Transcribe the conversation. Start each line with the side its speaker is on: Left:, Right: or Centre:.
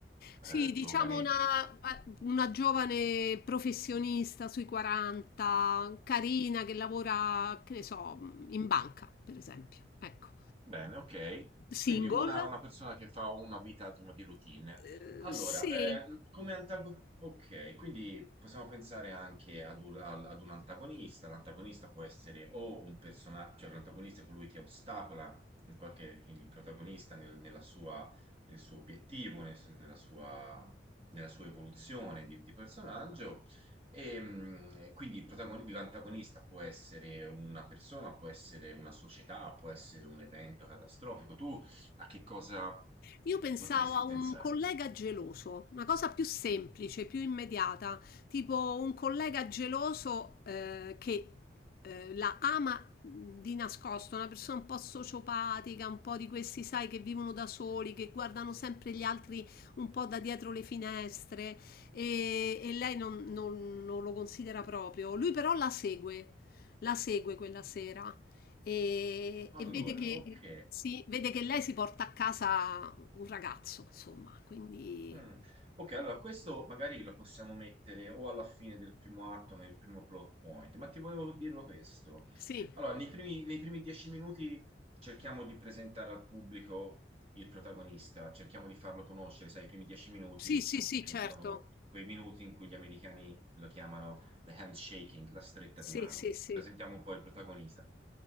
Left: Sì,
Right: eh,
Left: diciamo
Right: giovane
Left: una, una giovane professionista sui 40, carina, che lavora, che ne so, in banca, per esempio. Ecco.
Right: Bene, ok.
Left: Single?
Right: Quindi una, una persona che fa una vita insomma, di routine.
Left: Eh,
Right: Allora,
Left: sì.
Right: eh, come antagonista, ok, quindi possiamo pensare anche ad un, al- ad un antagonista. L'antagonista può essere o un personaggio, cioè l'antagonista è colui che ostacola in qualche, il protagonista nel, nella sua, nel suo obiettivo, nel- nella sua, nella sua evoluzione di, di personaggio, e, mh, quindi il protagoni- l'antagonista può essere una persona, può essere una società, può essere un evento catastrofico. Tu a che cosa
Left: Io pensavo
Right: potresti
Left: a un
Right: pensare?
Left: collega geloso, una cosa più semplice, più immediata, tipo un collega geloso eh, che eh, la ama mh, di nascosto, una persona un po' sociopatica, un po' di questi, sai, che vivono da soli, che guardano sempre gli altri un po' da dietro le finestre e, e lei non, non- non lo considera proprio. Lui però la segue, la segue quella sera e,
Right: Allora,
Left: e vede che...
Right: ok.
Left: Sì, vede che lei si porta a casa un ragazzo, insomma, quindi
Right: Mm. Ok, allora questo magari lo possiamo mettere o alla fine del primo atto, nel primo plot point, ma ti volevo dirlo questo.
Left: sì,
Right: Allora, nei primi, nei primi dieci minuti cerchiamo di presentare al pubblico il protagonista, cerchiamo di farlo conoscere, sai, i primi dieci minuti
Left: Sì, sì,
Right: son-
Left: sì,
Right: eh,
Left: certo.
Right: sono quei minuti in cui gli americani lo chiamano the handshaking, la stretta
Left: sì,
Right: di mano.
Left: sì, sì,
Right: Presentiamo un po' il protagonista.